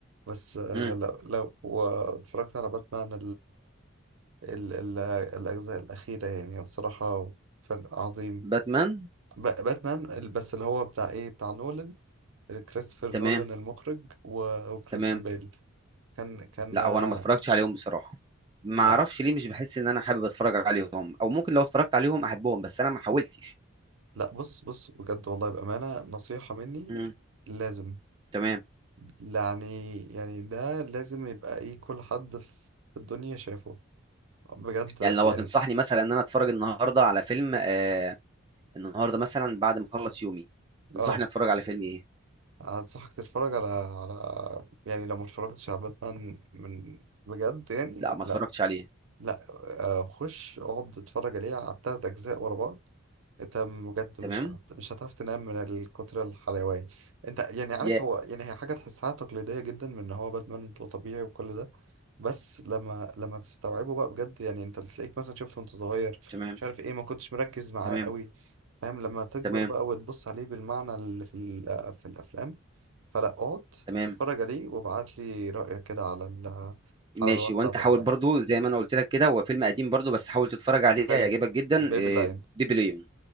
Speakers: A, on the right; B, on the right.
A: بس آه،
B: م.
A: لو لو واتفرجت على باتمان ال ال الأجزاء الأخيرة يعني بصراحة فن عظيم
B: باتمان
A: ب- باتمان ال- بس اللي هو بتاع إيه بتاع نولان كريستوفر
B: تمام
A: نولان المخرج و- وكريستيان
B: تمام
A: بيل كان كان
B: لا
A: آه،
B: هو انا ما اتفرجتش عليهم بصراحه ما
A: لا
B: اعرفش ليه مش بحس ان انا حابب اتفرج عليهم او ممكن لو اتفرجت عليهم احبهم بس انا ما حاولتش
A: لا بص بص بجد والله بأمانة نصيحة مني
B: م.
A: لازم
B: تمام
A: يعني يعني ده لازم يبقى إيه كل حد في الدنيا شافه بجد
B: يعني لو
A: يعني
B: هتنصحني مثلا ان انا اتفرج النهارده على فيلم آه النهارده مثلا بعد ما اخلص يومي تنصحني
A: اه
B: اتفرج على فيلم ايه
A: أنصحك تتفرج على على يعني لو ما اتفرجتش على باتمان من بجد يعني
B: لا
A: لا
B: ما اتفرجتش عليه
A: لا آه، خش اقعد اتفرج عليه على التلات اجزاء ورا بعض انت بجد مش
B: تمام
A: هت... مش هتعرف تنام من الكتر الحلاوه انت يعني عارف
B: يا
A: هو يعني هي حاجه تحسها تقليديه جدا من ان هو باتمان وطبيعي وكل ده بس لما لما تستوعبه بقى بجد يعني انت تلاقيك مثلا شفته وانت صغير
B: تمام
A: مش عارف ايه ما كنتش مركز معاه
B: تمام
A: قوي فاهم لما تكبر
B: تمام
A: بقى وتبص عليه بالمعنى اللي في ال... في الافلام فلا اقعد
B: تمام
A: اتفرج عليه وابعت لي رايك كده على ال...
B: ماشي
A: على الواتساب
B: وانت حاول
A: ولا حاجه
B: برضو زي ما انا قلت لك كده هو فيلم قديم برضو بس حاول تتفرج عليه
A: حلو
B: هيعجبك جدا
A: بيبي
B: إيه،
A: لاين
B: بيبليون